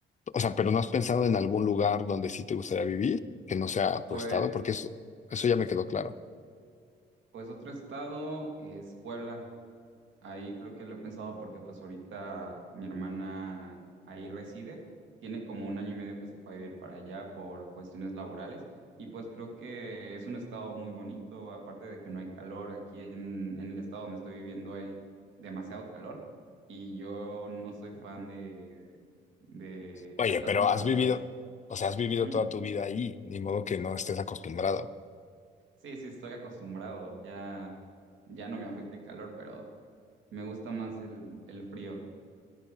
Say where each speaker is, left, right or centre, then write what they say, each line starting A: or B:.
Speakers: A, on the left (about 35°); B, on the right (about 75°).
A: O sea, pero ¿no has pensado en algún lugar donde sí te gustaría vivir, que no sea tu
B: Pues,
A: estado? Porque eso, eso ya me quedó claro.
B: pues otro estado es Puebla. Ahí creo que lo he pensado porque pues ahorita mi hermana ahí reside, tiene como un año y medio que se fue a vivir para allá por cuestiones laborales y pues creo que es un estado muy bonito, aparte de que no hay calor, aquí en, en el estado donde estoy viviendo hay demasiado calor y yo no soy fan de, de
A: Oye,
B: altas
A: pero
B: temperaturas.
A: has vivido, o sea, has vivido
B: ¿Mm?
A: toda tu vida ahí, ni modo que no estés acostumbrado.
B: Sí, sí, estoy acostumbrado, ya, ya no me afecta el calor, pero me gusta más el, el frío.